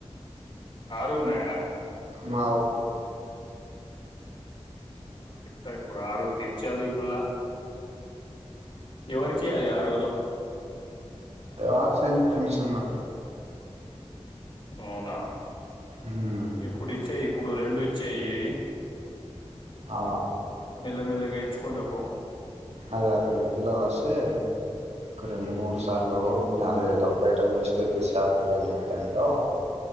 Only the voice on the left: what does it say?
ఆరు ఉన్నాయా
ఆరు ఎట్లా ఇప్పుడు ఆరు తిర్చాలీ ముల్లా ఎవరికియాలే ఆడూర్లో
అవునా
ఇప్పుడు ఇచ్చే ఇప్పుడు రెండు ఇచ్చేయి
మెల్ల మెల్ల గా ఇచ్చుకుంటా పో